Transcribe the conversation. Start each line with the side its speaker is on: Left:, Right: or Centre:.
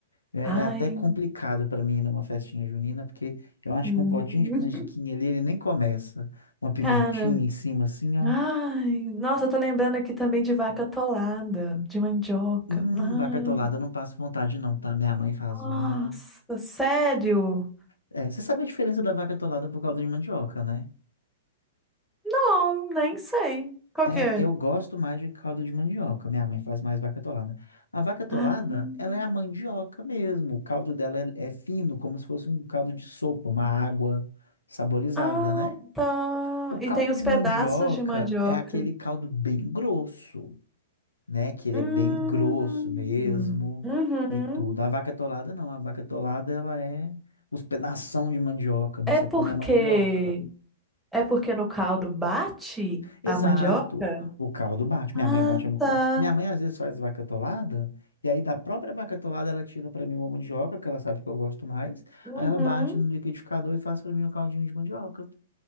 Left: É,
Centre: Ai.
Left: é até complicado para mim ir numa festinha junina, porque eu acho
Centre: hum.
Left: que um potinho de canjiquinha
Centre: <laughs>
Left: ali, ele nem começa. Uma pimentinha
Centre: Cara,
Left: em cima, assim, ó.
Centre: ai, nossa, eu tô lembrando aqui também de vaca atolada, de mandioca.
Left: Hum,
Centre: Ai,
Left: vaca atolada, eu não passo vontade não, tá? Minha mãe faz
Centre: nossa,
Left: uma...
Centre: sério?
Left: É, você sabe a diferença da vaca atolada por calda de mandioca, né?
Centre: Não, nem sei. Qual
Left: É,
Centre: que é?
Left: eu gosto mais de caldo de mandioca. Minha mãe faz mais vaca atolada. A vaca atolada,
Centre: Ah,
Left: ela é a mandioca mesmo. O caldo dela é, é fino, como se fosse um caldo de sopa, uma água saborizada,
Centre: ah,
Left: né?
Centre: tá.
Left: O caldo
Centre: E tem os
Left: de
Centre: pedaços
Left: mandioca
Centre: de mandioca.
Left: é aquele caldo bem grosso, né? Que ele
Centre: Hum,
Left: é bem grosso mesmo
Centre: uhum.
Left: e tudo. A vaca atolada não. A vaca atolada, ela é os pedação de mandioca. mesmo.
Centre: É
Left: Você
Centre: porque
Left: come a mandioca.
Centre: é porque no caldo bate
Left: Exato.
Centre: a mandioca?
Left: O caldo bate. Minha
Centre: Ah,
Left: mãe bate. a mu-
Centre: tá.
Left: Minha mãe às vezes faz vaca atolada, e aí da própria vaca atolada ela tira para mim uma mandioca, que ela sabe que eu gosto mais.
Centre: Uhum.
Left: Aí ela bate no liquidificador e faz para mim um caldinho de mandioca.